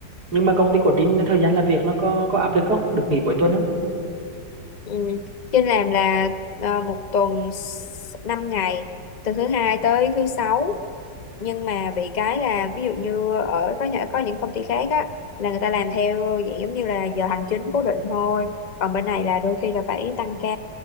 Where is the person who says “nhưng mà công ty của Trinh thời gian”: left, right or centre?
Right